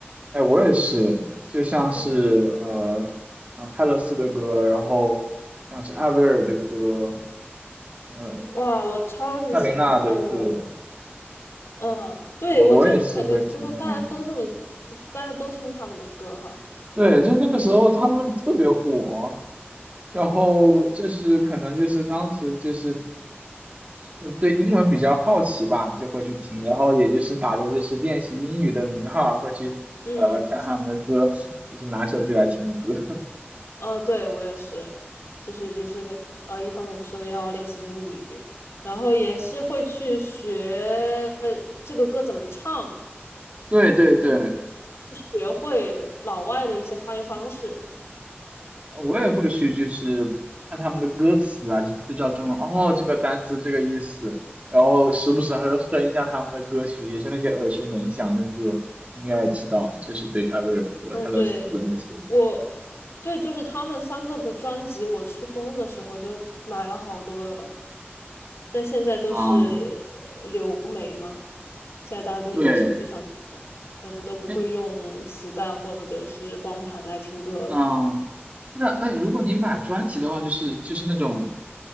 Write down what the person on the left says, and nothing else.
嗯，
哇，我超级喜欢艾薇儿。
嗯，对，
我就感觉初中大家都这么，大家都听他们的歌哈。
嗯
呃，对，我也是，就是也是呃，一方面说要练习英语，然后也是会去学呃这个歌怎么唱，
学会老外的一些发音方式。
嗯，对，我，对，就是他们三个的专辑，我初中的时候就买了好多哟。但现在都是呃流媒嘛，
现在大家都是在手机上听了，
可能都不会用磁带或者是光盘来听歌了。